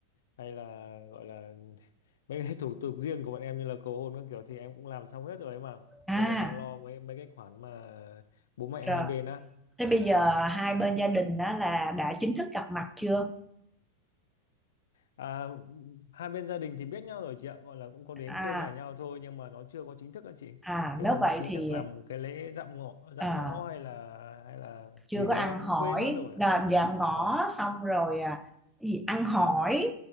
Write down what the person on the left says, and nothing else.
hay là gọi là <laughs> mấy cái thủ tục riêng của bọn em như là cầu hôn các kiểu thì em cũng làm xong hết rồi ấy mà
bây giờ đang lo mấy mấy cái khoản mà bố mẹ
hai bên á
À, hai bên gia đình thì biết nhau rồi chị ạ, gọi là cũng có đến
chơi nhà nhau thôi nhưng mà nó chưa có chính thức á chị.
Chưa
có
chính
thức làm cái lễ dạm ngõ, dạm
ngõ hay là hay là
gì
đấy
em
cũng quên mất rồi.
Dạ vâng.